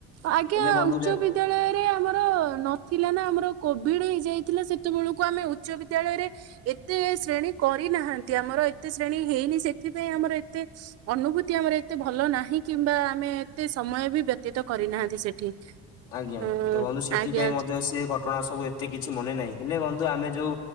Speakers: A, on the right; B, on the left.
A: ଆଜ୍ଞା
B: ହେଲେ ବନ୍ଧୁ
A: ଉଚ୍ଚ
B: ଯଦି
A: ବି ବିଦ୍ୟାଳୟରେ ଆମର ନଥିଲା ନା ଆମର କୋଭିଡ ହେଇଯାଇଥିଲା ସେତେବେଳକୁ ଆମେ ଉଚ୍ଚ ବିଦ୍ୟାଳୟରେ ଏତେ ଶ୍ରେଣୀ କରିନାହାନ୍ତି, ଆମର ଏତେ ଶ୍ରେଣୀ ହେଇନି ସେଥିପାଇଁ ଆମର ଏତେ ଅନୁଭୂତି ଆମର ଏତେ ଭଲ ନାହିଁ କିମ୍ବା ଆମେ ଏତେ ସମୟ ବି ବ୍ୟତୀତ କରିନାହାନ୍ତି ସେଠି।
B: ଆଜ୍ଞା
A: ଉ
B: ତ ବନ୍ଧୁ ସେଥିପାଇଁ
A: ଆଜ୍ଞା
B: ମଧ୍ୟ ସେ ଘଟଣା ସବୁ ଏତେ କିଛି ମନେ ନାହିଁ। ହେଲେ ବନ୍ଧୁ ଆମେ ଯୋଉ